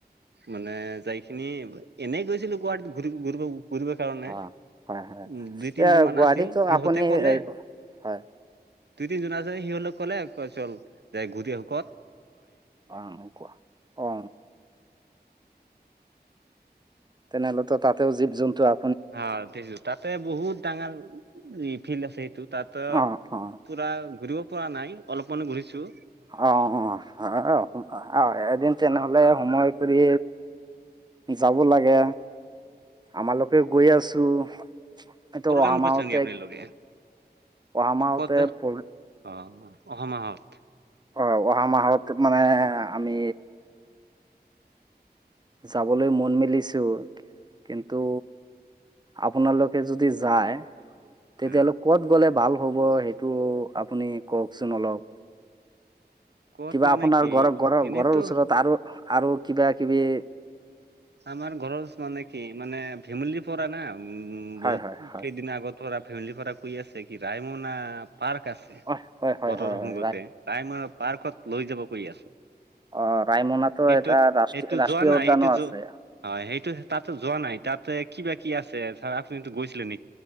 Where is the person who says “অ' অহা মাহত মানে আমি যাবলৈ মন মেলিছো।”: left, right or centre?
Right